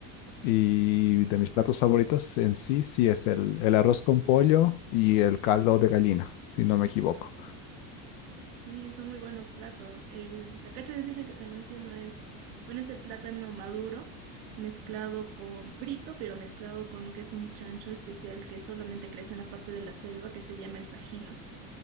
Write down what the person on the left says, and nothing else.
y de mis platos favoritos en sí, sí es el, el arroz con pollo y el caldo de gallina, si no me equivoco.